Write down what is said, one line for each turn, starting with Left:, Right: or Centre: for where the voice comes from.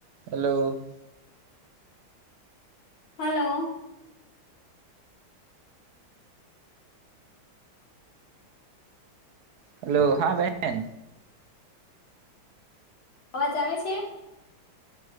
Right: Hello.
Left: Hello.
Right: Hello હા બેહેન.
Left: અવાજ આવે છે?